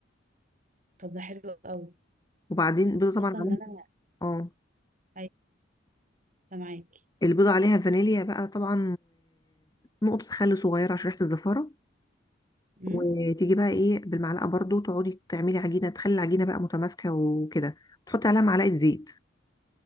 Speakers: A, on the right (about 40°); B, on the left (about 20°).
A: طب ده حلو قوي
B: وبعدين بيضه
A: اصلا
B: طبعا عليهم
A: ان انا
B: اه
A: ايوه معاكي
B: البيضه عليها فانيليا بقى طبعا ونقطه خل صغيره عشان ريحه الزفاره
A: امم
B: وتيجي بقى ايه بالمعلقه برضو تقعدي تعملي عجينه تخلي العجينه بقى متماسكه وكده تحطي عليها معلقه زيت